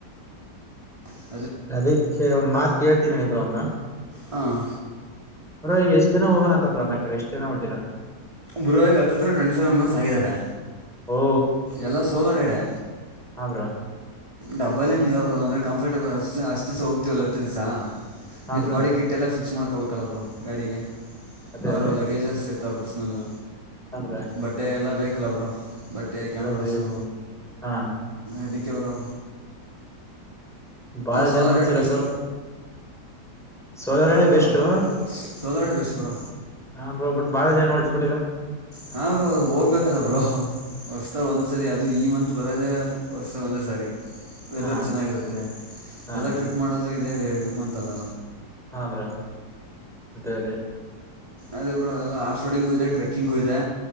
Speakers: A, on the right; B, in the centre.
A: ಹ
B: ಅದಿಕ್ಕೆ ಒಂದ್ ಮಾತ್ ಕೇಳ್ತೀನಿ ಇಬ್್ರ ಅವನ್ನ
A: ಹಾಂ
B: ೋ ಈಗ ಎಷ್ಟ ಜನ ಹೋಗಣಂತ ಪ್ಲಾ ಹಾಕರ ಎಷ್ಟ ಜನ ಹೊಟಿದಾ
A: ಬುರುವರಿಗೆ ಹತ್ತತ್ರ ಟ್ವೆಂಟಿ ಫೋರ್್ ಮೆಂಬರ್ಸ್ ಆಗಿದ್ದಾರೆ
B: ಓ
A: ಎಲ್ಲ ಸೋಲ ರ ಇಡೆ
B: ಹಬ್ರಾ
A: ಡಬ್ಬಲ್ ಏನಿಲ್ಲ ಅವರು ಅಂದ್ರೆ ಕಂಫರ್ಟೇಬಲ್ ಅಷ್ಟ ದಿವಸ ಹೋಗ್ತೀವಲ್ಲ ಹತ್ತು ದಿವ್ಸ
B: ಹಾ
A: ವಿತ್
B: ಬ್ರೋ
A: ಬಾಡಿ ಕಿಟ್ ಎಲ್ಲ ಫಿಕ್ಸ್ ಮಾಡ್ಕೋಬೇಕಲ್ಲರು ಗಾಡಿಗೆ
B: ಅದೇ
A: ಅವ್ರ
B: ಅದೇ
A: ಅವ ಗೇಜಸ್ ಇರ್ತ ಪರ್ಸ್ನದು
B: ಅಂದ್ರೆ
A: ಬಟ್ಟೆ ಎಲ್ಲ ಬೇಕಲ್ಲ ಅವರು ಬಟ್ಟೆ ಕ್ಯಾಮ್ರಾಸು
B: ಎಲ್ಲ ಬೇಕು ಹಾ
A: ಇದಕ್ಕೆವರು
B: ಬಾಳ
A: ಸೋಲಾರ್
B: ಜನ ನೋಡ್ತರಬ್ರು
A: ರೈಡ್ ಬೆಸ್ಟು
B: ಸೋದಾರಡೆ
A: ಹಾಂ ಬ್ರೋ
B: ಬೆಸ್ಟ್ೋಬಟ್
A: ಸೋಲೋಡೆ ಬೆಸ್ಟ್ ಬ್ರೋ
B: ಬಾಳ ಜನ ನೋಡಸ್ ಬಿಟ್ಟಿರಾ
A: ಹಾ ಬ್ರರು ಹೋಗ್ಬೇಕಲ್ಲ ಬ್ರರು ವರ್ಷತ ಒಂದ್ ಸರಿ ಅದು ಈ ಮಂತ್ ಬರೋದೆೇ ಹೊರ್ತ ಒಂದೇ ಸಾರಿ ವೆದರ್
B: ಹಾ
A: ಚೆನ್ನಾಗಿರುತ್ತೆ
B: ಹಾ
A: ಎಲ್ಲ ಟ್ರಿಪ್ ಮಾಡೋದು ಇದದೆ ರ ಅಂತಲ್ಲ
B: ಹಮ್ರ ಅದೇ ಅದೇ
A: ಅದ ಒಬ್ರು ಎಲ್ಲ ಆಫ್ ರೋಡಿಂಗು ಇದೆ ಟ್ರೆಕ್ಕಿಂಗು ಇದೆ